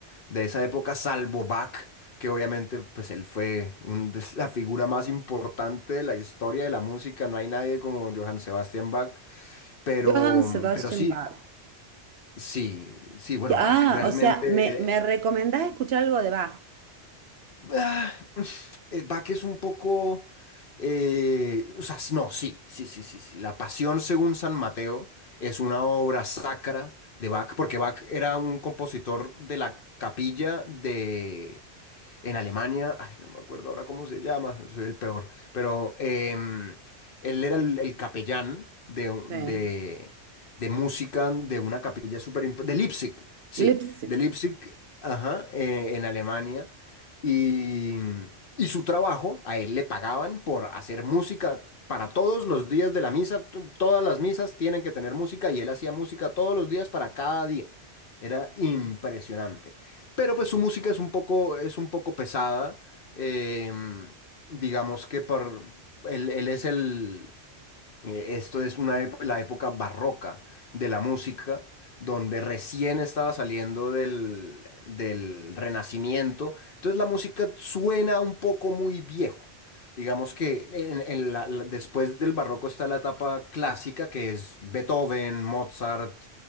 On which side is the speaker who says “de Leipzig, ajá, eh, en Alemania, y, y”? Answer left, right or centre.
Left